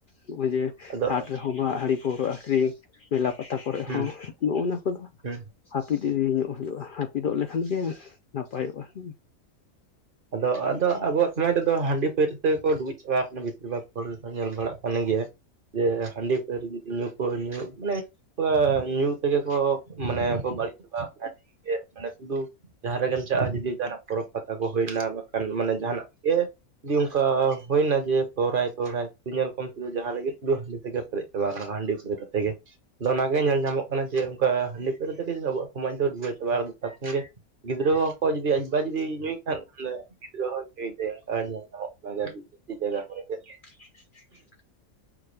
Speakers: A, on the left; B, on the right.
A: ᱱᱚᱜ-ᱚᱭ ᱡᱮ
B: ᱟᱫᱚ
A: ᱦᱟᱴ ᱨᱮᱦᱚᱸ ᱢᱟᱜ ᱦᱟᱺᱰᱤ ᱯᱟᱹᱣᱨᱟᱹ ᱟᱠᱷᱨᱤᱧ ᱢᱮᱞᱟ ᱯᱟᱛᱟ ᱠᱚᱨᱮᱜ
B: ᱦᱩᱸ
A: ᱦᱚᱸ ᱱᱚᱜ ᱱᱚᱣᱟ ᱠᱚᱫᱚ
B: ᱦᱩᱸ
A: ᱦᱟᱹᱯᱤᱫ ᱤᱫᱤ ᱧᱚᱜ ᱦᱩᱭᱩᱜ-ᱟ ᱦᱟᱹᱯᱤᱫᱚᱜ ᱞᱮᱠᱷᱟᱱ ᱜᱮ ᱱᱟᱯᱟᱭᱚᱜ-ᱟ ᱦᱮᱸ᱾
B: ᱟᱫᱚ ᱟᱫᱚ ᱟᱵᱚᱣᱟᱜ ᱥᱚᱢᱟᱡᱽ ᱨᱮᱫᱚ ᱦᱟᱺᱰᱤ ᱯᱟᱹᱣᱨᱟᱹ ᱛᱮᱠᱚ ᱰᱩᱵᱩᱡ ᱪᱟᱵᱟ ᱟᱠᱟᱱᱟ ᱵᱷᱤᱛᱤᱨ ᱵᱷᱟᱜᱽ ᱦᱚᱲ ᱜᱮᱠᱚ ᱧᱮᱞ ᱵᱟᱲᱟᱜ ᱠᱟᱱ ᱜᱮᱭᱟ᱾ ᱡᱮ ᱦᱟᱺᱰᱤ ᱯᱟᱹᱣᱨᱟᱹ ᱡᱩᱫᱤ ᱧᱩ ᱠᱚ ᱧᱩ ᱢᱟᱱᱮ <inaudible> ᱧᱩ ᱛᱮᱜᱮ ᱠᱚ ᱢᱟᱱᱮ ᱠᱚ ᱵᱟᱹᱲᱤᱡ ᱪᱟᱵᱟ ᱟᱠᱟᱱᱟ᱾ <inaudible> ᱢᱟᱱᱮ ᱥᱩᱫᱩ ᱡᱟᱦᱟᱸ ᱨᱮᱜᱮᱢ ᱪᱟᱞᱟᱜ-ᱟ ᱡᱩᱫᱤ ᱡᱟᱦᱟᱱᱟᱜ ᱯᱚᱨᱚᱵᱽ ᱯᱟᱛᱟ ᱠᱚ ᱦᱩᱭᱱᱟ ᱵᱟᱠᱷᱟᱱ ᱢᱟᱱᱮ ᱡᱟᱦᱟᱱᱟᱜ ᱜᱮ ᱡᱤ ᱚᱱᱠᱟ ᱦᱩᱭᱱᱟ ᱡᱮ ᱥᱚᱦᱨᱟᱭ ᱥᱚᱦᱨᱟᱭ ᱧᱮᱞ ᱠᱚᱢ ᱥᱩᱫᱩ ᱡᱟᱦᱟᱸ ᱨᱮᱜᱮ ᱥᱩᱫᱩ ᱦᱟᱺᱰᱤ ᱛᱮᱜᱮ ᱯᱮᱨᱮᱡ ᱪᱟᱵᱟᱣ ᱠᱟᱱᱟᱠᱚ ᱦᱟᱺᱰᱤ ᱯᱟᱹᱣᱨᱟᱹ ᱛᱮᱜᱮ᱾ ᱟᱫᱚ ᱚᱱᱟᱜᱮ ᱧᱮᱞ ᱧᱟᱢᱚᱜ ᱠᱟᱱᱟ ᱡᱮ ᱚᱱᱠᱟ ᱦᱟᱺᱰᱤ ᱯᱟᱹᱣᱨᱟᱹ ᱛᱮᱜᱮ ᱟᱵᱚᱣᱟᱜ ᱥᱚᱢᱟᱡᱽ ᱫᱚ ᱰᱩᱵᱟᱹᱣ ᱪᱟᱵᱟ ᱟᱠᱟᱱ ᱜᱮ ᱜᱤᱫᱽᱨᱟᱹ ᱦᱚᱠᱚ ᱡᱩᱫᱤ <unintelligible> ᱡᱩᱫᱤ ᱧᱩᱭ ᱠᱷᱟᱱ ᱢᱟᱱᱮ ᱜᱤᱫᱽᱨᱟᱹ ᱦᱚᱸᱭ ᱧᱩᱭ ᱛᱟᱭᱟ ᱱᱚᱝᱠᱟ ᱧᱮᱞ ᱧᱟᱢᱚᱜ ᱠᱟᱱᱟ ᱜᱟᱹᱰᱤ <inaudible> ᱡᱟᱭᱜᱟ ᱠᱚᱨᱮ ᱜᱮ᱾
A: <unintelligible>